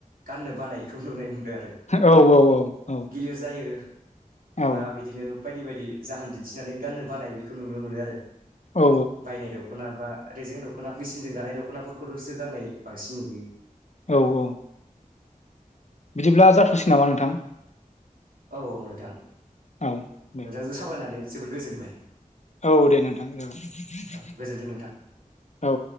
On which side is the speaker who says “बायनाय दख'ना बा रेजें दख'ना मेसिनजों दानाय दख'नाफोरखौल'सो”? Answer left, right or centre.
Right